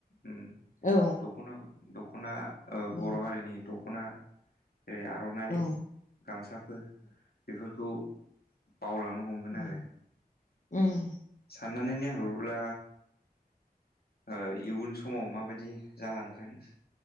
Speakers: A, on the left; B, on the left.
A: उम
B: औ
A: दखना दख'ना ओ
B: औ
A: बर' हारिनि दख'ना जेरै आर'नाइ
B: उम
A: गामसाफोर बेफोरखौ बावलांनो हमगोन
B: उम
A: आरो।
B: उम।
A: साननानै नायहरब्ला ओ इयुन समाव माबायदि जालांगोन